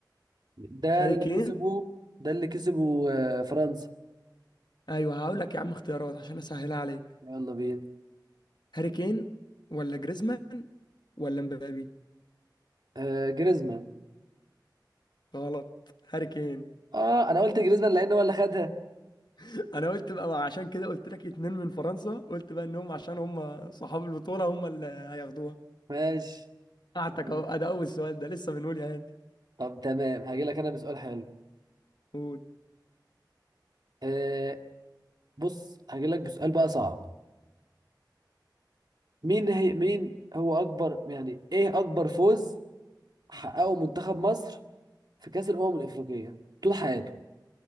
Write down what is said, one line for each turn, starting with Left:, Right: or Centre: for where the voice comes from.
Right: ده
Left: هاري
Right: اللي
Left: كين
Right: كسبه ده اللي كسبه آه، فرنسا
Left: ايوه هقول لك يا عم اختيارات عشان اسهلها عليك
Right: يلا بينا
Left: هاري كين ولا جريزمان ولا مبابي
Right: آه جريزمان
Left: غلط هاري كين
Right: اه انا قلت جريزمان لان هو اللي خدها
Left: <laughs> انا قلت بقى بقى عشان كده قلت لك اتنين من فرنسا قلت بقى انهم عشان هم صحاب البطولة هم اللي هياخدوها
Right: ماشي
Left: قعدتك
Right: يا عم.
Left: اهو أه، ده اول سؤال ده لسه بنقول يا هادي
Right: طب تمام هاجي لك انا بسؤال حلو
Left: قول
Right: آه بص هاجي لك بسؤال بقى صعب مين هي مين هو اكبر يعني ايه اكبر فوز حققه منتخب مصر في كأس الأمم الأفريقية طول حياته